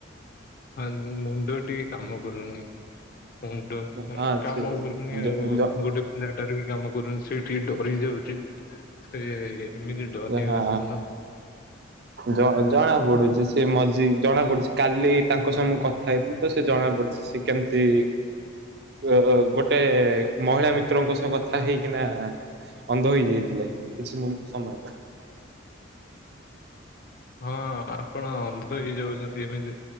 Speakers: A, on the left (about 45°); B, on the right (about 55°).
A: ହଁ ମୁଣ୍ଡ ଟିକେ କାମ କରୁନି। ମୁଣ୍ଡ
B: ହଁ
A: କାମ
B: ସେ
A: କରୁନି ଆଉ
B: ଜ ଜ
A: ଗୋଟେ ପିଲାଟାରେ ବି କାମ କରୁନି ସେ ଟିକେ ଡରି ଯାଉଛି। ସେ ଏମିତି ଡରିଆ
B: ଯାହା
A: କଥା ନୁହ
B: ଜ ଜଣାପଡୁଛି ସେ ମଝି ଜଣାପଡୁଛି କାଲି ତାଙ୍କ ସହ ମୁଁ କଥା ହେଇଥିଲି ତ ସେ ଜଣା ପଡୁଛି ସେ କେମତି ତି ଗୋଟେ ମହିଳା ମିତ୍ରଙ୍କ ସହ କଥା ହେଇକିନା ଅନ୍ଧ ହେଇଯାଇଥିଲେ କିଛି ସମୟ ତ
A: ହଁ ଆପଣ ଅନ୍ଧ ହେଇଯାଉଛନ୍ତି ଏମିତି